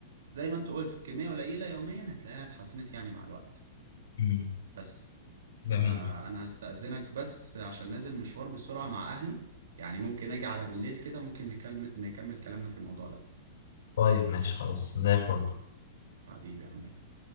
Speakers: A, on the right; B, on the left.
A: زي ما انت قلت بكمية قليلة يوميا هتلاقيها اتحسنت يعني مع الوقت
B: مم.
A: بس فانا
B: جميل
A: هستأذنك بس عشان نازل مشوار بسرعة مع اهلي يعني ممكن اجي على بالليل كده ممكن نكلم نكمل كلامنا في الموضوع ده
B: طيب ماشي خلاص زي الفل
A: حبيبي يا عمنا